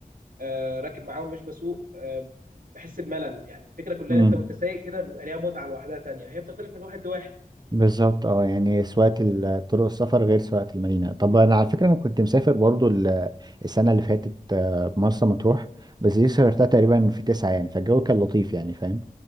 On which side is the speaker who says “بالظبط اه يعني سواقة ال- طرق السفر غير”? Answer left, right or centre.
Right